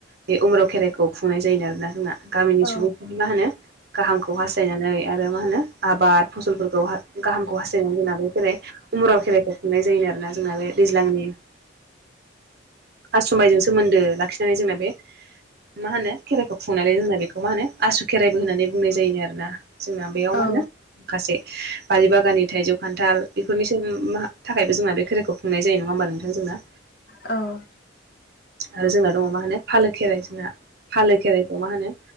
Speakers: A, on the right; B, on the left.
A: बे उम्राव खेराइखौ खुंनाय जायोनो आरोना जोंना गामिनि
B: औ
A: सुबुंफोर मा होनो गाहामखौ हास्थायनानै आरो मा होनो आबाद फसलफोरखौ गाहामखौ हास्थायनानै जोंनाबो जेरै उमुराव खेराइखौ खुंनाय जायोनो आरोना जोंना बे दैज्लांनि आसु मायजों सोमोन्दो लाखिनानै जोंना बे मा होनो खेराइखौ खुंनायनै जोंना बेखौ मा होनो आसु खेराइबो होननानै बुंनाय जायोनो आरोना जोंना बेयाव मा
B: औ
A: होनो माखासे बारि बागाननि थाइजौ खान्थाल बेफोरनि <unintelligible> मा थाखायबो जोंना बे खेरायखौ खुंनाय जायो नङा होमबा नोंथां जोंना
B: औ
A: आरो जोंना दङ मा होनो फालो खेराइ जोंना फालो खेराइखौ मा होनो